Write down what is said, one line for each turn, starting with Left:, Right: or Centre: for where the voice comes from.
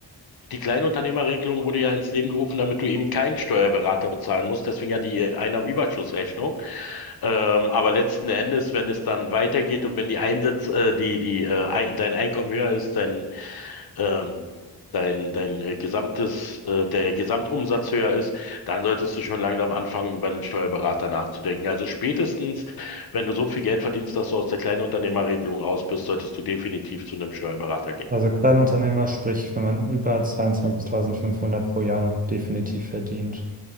Left: die Kleinunternehmerregelung wurde ja ins Leben gerufen, damit du eben keinen Steuerberater bezahlen musst. Deswegen ja die äh, Einnahmenüberschussrechnung. Ähm, aber letzten Endes, wenn es dann weitergeht und wenn die Einsätze äh, die, die, äh, ein, dein Einkommen höher ist, dein ähm, dein, dein äh, gesamtes, äh, der Gesamtumsatz höher ist, dann solltest du schon langsam anfangen, über einen Steuerberater nachzudenken. Also spätestens, wenn du so viel Geld verdienst, dass du aus der Kleinunternehmerregelung raus bist, solltest du definitiv zu einem Steuerberater gehen.
Right: Also Kleinunternehmer, sprich, wenn man über 22.500 pro Jahr definitiv verdient,